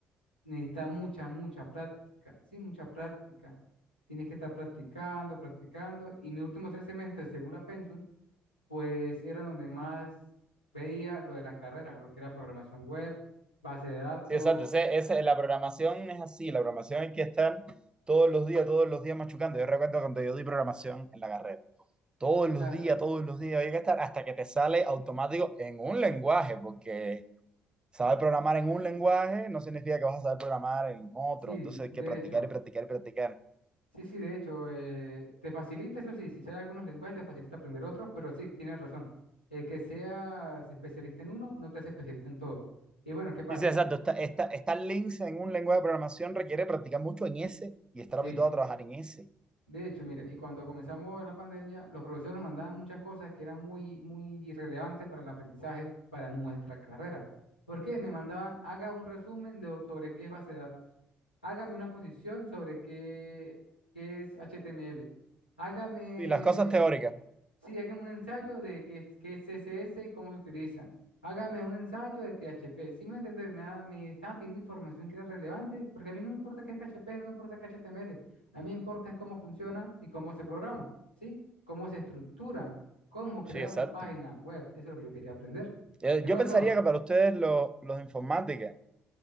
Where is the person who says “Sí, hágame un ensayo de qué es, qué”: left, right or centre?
Left